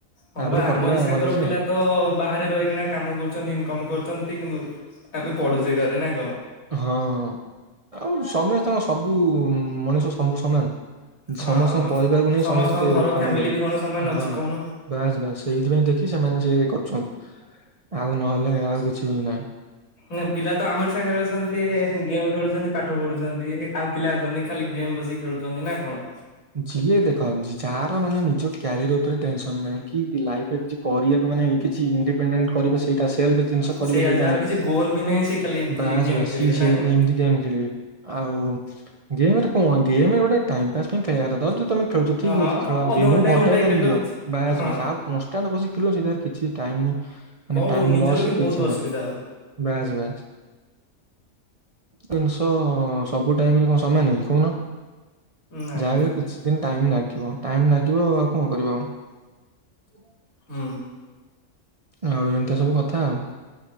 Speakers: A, on the left; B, on the right.
A: ହଁ
B: ତାପରେ
A: ବା ଆମରି
B: କରିଦବା
A: ସାଙ୍ଗର
B: ଭଲସେ
A: ପିଲା
B: ଆଉ।
A: ତ ବାହାରେ ରହିକିନା କାମ କରୁଛନ୍ତି ଇନକମ କରୁଛନ୍ତି କିନ୍ତୁ ଆମେ ପଢୁଛେ ଘରେ ନା କଣ।
B: ହଁ ଆଉ ସମସ୍ତଙ୍କ ସବୁ ମଣିଷ ସବୁ ସମାନ? ସମସ୍ତଙ୍କ
A: ହଁ
B: ପରିବାରକୁ ନେଇ
A: ସମସ୍ତଙ୍କ
B: ସମସ୍ତେ
A: ଘର
B: କାମ
A: ଫ୍ୟାମିଲି
B: କରିବେ
A: ବି କଣ ସମାନ
B: ହ
A: ଅଛି କହୁନ
B: ବାସ ବାସ୍ ସେଇଥିପାଇଁ ଦେଖି ସେମାନେ ସେ କରୁଛନ୍ତି ଆଉ ନହେଲେ ଆଉ କିଛି ବି ନାହିଁ।
A: ନା ପିଲା ତ ଆମରି ସାଙ୍ଗରେ ଅଛନ୍ତି ଗେମ୍ ଖେଳୁଛନ୍ତି ପାଠ ପଢୁଛନ୍ତି ଆଉ ପିଲା ଅଛନ୍ତି ଖାଲି ଗେମ୍ ବସିକି ଖେଳୁ ଛନ୍ତି ନା କଣ।
B: ଯିଏ ଦେଖ ଯାହାର ମାନେ ନିଜ କ୍ୟାରିଅର ଉପରେ ଟେନସନ ନାହିଁ କି ଲାଇଫରେ କିଛି କରିବାକୁ ମାନେ କିଛି ଇଣ୍ଡି ପେଣ୍ଡନ କରିବେ ସେଇଟା ସେଲ୍ଫ ଜିନିଷ
A: ସେଇଆ
B: କରିବେ ସେଇଟା
A: ଯାହାର
B: ନାହିଁ
A: କିଛି ଗୋଲ ବି ନାହିଁ ସେ ଖାଲି ଏମିତି
B: ବାସ୍
A: ଗେମ୍
B: ବାସ୍
A: ଖେଳିବେ
B: ସିଏ ସେଇ
A: ନା କଣ
B: ଏମିତି ଗେମ୍ ଖେଳିବେ। ଆଉ ଗେମରେ କଣ ଗେମ ଗୋଟେ ଟାଇମପାସ୍ ପାଇଁ ଖେଳିବା କଥା ଯ ତମେ ଖେଳୁଛ ଠିକ
A: ହଁ
B: ଅଛି ଖେଳ
A: ଅଧଘଣ୍ଟା
B: ଦିନକୁ ଘଣ୍ଟାଏ ଟାଇମ
A: ଖେଳିଲ
B: ଦିଅ
A: କିଛି
B: ବାସ
A: ହଁ
B: ବାସ୍ ଆଉ କନଷ୍ଟାନଟ୍ ବସିକି ଖେଳିଲ ସେଇ ଜାଗାରେ କିଛି ମାନେ
A: ବହୁ
B: ଟାଇମ
A: ନିଜର
B: ଲସ୍
A: ବି ବହୁତ
B: କିଛି
A: ଅସୁବିଧା
B: ନାହିଁ
A: ହବ।
B: ବାସ ବାସ। ଜିନିଷ ସବୁ ଟାଇମରେ କଣ ସମାନକି କହୁନ।
A: ନାଇଁ
B: ଯାହାବିହେଲେ
A: ନାଇଁ
B: କିଛି ଦିନ ଟାଇମ ଲାଗିବ ଟାଇମ ଲାଗିବ ଆଉ କଣ କରିବା ଆଉ।
A: ହୁଁ।
B: ଆଉ ଏମିତିଆ ସବୁ କଥା ଆଉ।